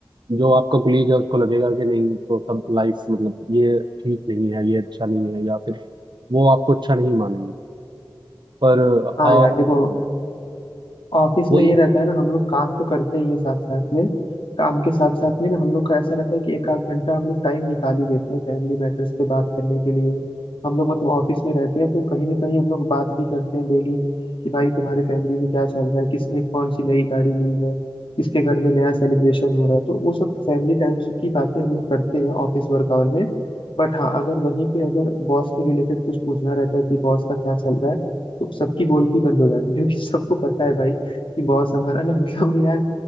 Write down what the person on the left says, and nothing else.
हाँ
यार देखो ऑफिस
में ये रहता है ना हम लोग काम तो करते ही है साथ साथ में काम के साथ साथ में ना हम लोग का ऐसा रहता है कि एक आध घंटा हम लोग टाइम निकाल ही देते हैं फैमिली मैटर्स पे बात करने के लिए हम लोग मतलब ऑफिस में रहते हैं तो कहीं ना कहीं हम लोग बात भी करते हैं डेली कि भाई तुम्हारे फैमिली में क्या चल रहा है किसने कौन सी नई गाड़ी ली है किसके घर में नया सेलिब्रेशन हो रहा है तो वो सब फैमिली टाइम की बातें हम लोग करते हैं ऑफिस वर्क आवर में बट हाँ अगर वहीं पे अगर बॉस के रिलेटेड कुछ पूछना रहता है कि बॉस का क्या चल रहा है तो सबकी बोलती बंद हो जाती है क्योंकि सबको पता है भाई कि बॉस हमारा ना मतलब यार